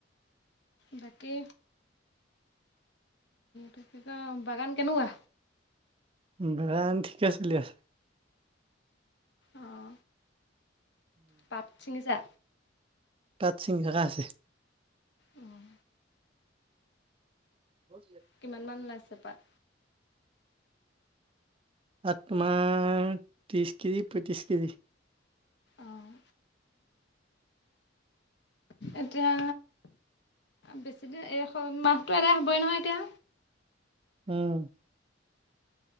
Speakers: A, on the left; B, on the right.
A: বাকী। তেই বাগান কেনেকুৱা।
B: ব আন ঠিকে চলি আছে।
A: অহ। পাট ছিঙিছা।
B: পাত চিঙি থকা হৈছে।
A: উম।
B: ব।
A: কিমান মান ওলাইছে পাত।
B: পাত তোমাৰ ত্ৰিশ কেজি পঁয়ত্ৰি কেজি।
A: অঁ এতিয়া। বেছিদিন এই মাহতটো এদাই হবই নহয় এতিয়া।
B: উম।